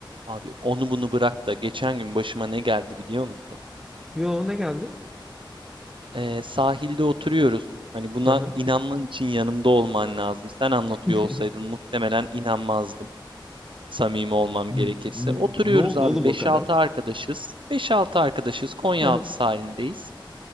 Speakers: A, on the right; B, in the centre.
A: Abi onu bunu bırak da geçen gün başıma ne geldi biliyor musun?
B: Yo ne geldi?
A: Ee, sahilde oturuyoruz. Hani buna
B: Hı hı.
A: inanman için yanımda olman lazım. Sen anlatıyor
B: <laughs>
A: olsaydın muhtemelen inanmazdım. Samimi olmam
B: N-
A: gerekirse.
B: n-
A: Oturuyoruz
B: Ne oldu
A: abi
B: oğlum
A: beş
B: o kadar?
A: altı arkadaşız. Beş altı arkadaşız Konyaaltı
B: Hı hı.
A: sahilindeyiz.